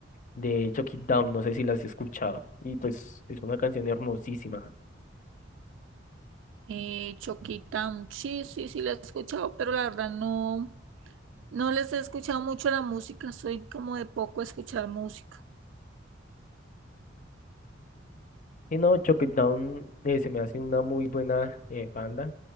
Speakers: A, on the left (about 40°); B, on the right (about 70°).
A: de Chuck It Down, no sé si las has escuchado, y pues es una canción hermosísima.
B: Eh, Chucky Town, sí, sí, sí, la he escuchado, pero la verdad no, no les he escuchado mucho la música, soy como de poco escuchar música.
A: Y no, Chuck It Down eh, se me hace una muy buena eh, banda,